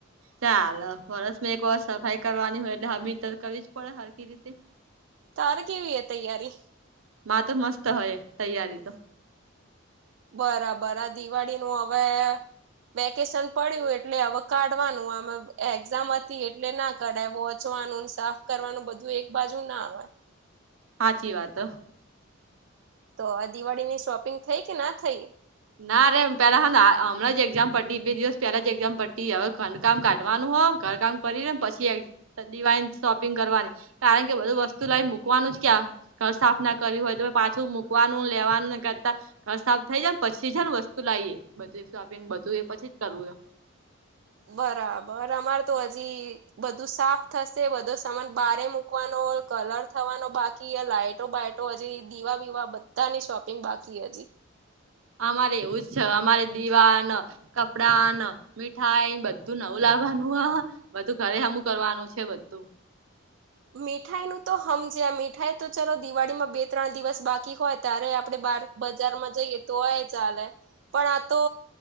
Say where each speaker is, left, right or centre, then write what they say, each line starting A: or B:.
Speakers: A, on the right; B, on the right.
A: ચાલો વર્ષ એક વાર સફાઈ કરવાની હોય. એટલે હમીર કરવી જ પડે હખ રીતે.
B: તાર કેવી એ તૈયારી?
A: માં તો મસ્ત હોય તૈયારી તો.
B: બરાબર. આ દિવાળીનુંું હવે. વેકેશન પડ્યું એટલે હવે કાઢવાનું. અમે એક્ઝામ હતી એટલે ના. કઢાવો ઓચવાનું સાફ કરવાનું. બધું એક બાજુ ના આવે.
A: સાચી વાત.
B: તો આ દિવાળીની શોપિંગ થઈ કે ના થઈ?
A: ના રે પેલા હા હમં જ એક્ઝામ પતી. બે દિવસ પેહલા જ એક્ઝામ પતી હવે ખંધકામ કાઢવાનું હો. ઘર કામ કરી ને પછી એક. દિવાળી નુ શોપિંગ કરવાની. કારણ કે બધું વસ્તુ લઈને મૂકવાનું જ ક્યાં. ઘર સાફ ના કર્યું હોય તો. પાછું મૂકવાનું, લેવાનું ને કરતા ઘર સાફ થઈ જ. પછી જને વસ્તુ લાવએ. બધું શોપિંગ બધું એ પછી જ કરવું જો.
B: બરાબર. અમારે તું હજી. બધું સાફ થશે. બધો સામાન બારે મૂકવાનો. કલર થવાનો બાકી. લાઈટ ટો બટો હજી દીવા વિીવા બધાની શોપિંગ બાકી હજી.
A: અમારે એવુચે. અમારે દીવાન. કપડા, મીઠાઈ બધું નવું લાવવાનું આ. બધું ઘરે અમું કરવાનું છે બધું.
B: મીઠાઈનું તો સમજે, મીઠાઈ તો ચાલ દિવાળીમાં બે ત્રણ દિવસ બાકી હોય ત્યારે આપણે બાર. બજારમાં જઈએ તો હોય ચાલે. પણ આ તો.